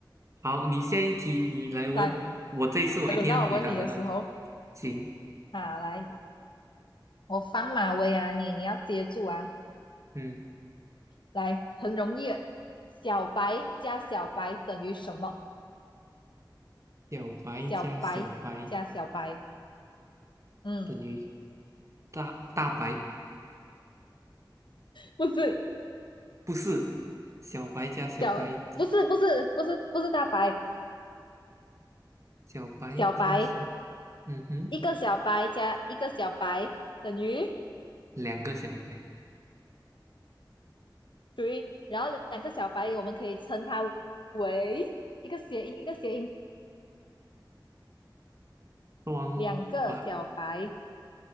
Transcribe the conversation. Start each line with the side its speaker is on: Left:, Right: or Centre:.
Right: 好，你下一题你来问，
Left: 来，
Right: 我这一次我一定要回答得到。
Left: 轮到我问你的时候，
Right: 行，
Left: 啊，来，我放马威啊，你你要接住啊，
Right: 嗯，
Left: 来，很容易的小白加小白等于什么？
Right: 小白加小白
Left: 小白加小白，嗯，
Right: 等于大大白，
Left: 不是
Right: 不是，小白加小白等
Left: 小，不是不是不是不是大白，
Right: 小白加小，
Left: 小白
Right: 嗯哼，
Left: 一个小白加一个小白等于
Right: 两个小白，
Left: 对，然后两个小白我们可以称它为一个谐音，一个谐音，
Right: 双白，
Left: 两个小白